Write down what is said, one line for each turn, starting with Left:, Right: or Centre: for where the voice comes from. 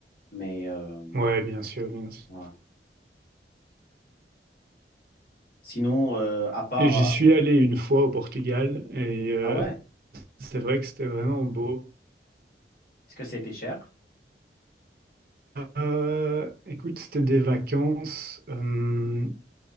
Left: Mais euh,
Right: Ouais, bien sûr, bien sûr.
Left: voilà. Sinon, euh, à part...
Right: Et j'y
Left: euh,
Right: suis allé une fois au Portugal et euh,
Left: Ah ouais,
Right: c'est vrai que c'était vraiment beau.
Left: est-ce que c'était cher?
Right: Euh, écoute, c'était des vacances. euh,